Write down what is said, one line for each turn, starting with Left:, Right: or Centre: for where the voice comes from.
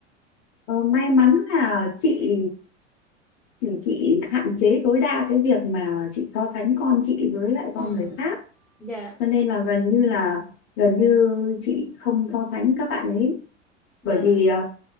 Left: Ờ, may mắn là chị thì chị hạn chế tối đa cái việc mà chị so sánh con chị với lại con
Centre: Ừ.
Left: người khác
Centre: Dạ
Left: cho nên là gần như là gần như chị không so sánh các bạn ấy
Centre: dạ
Left: bởi vì ờ,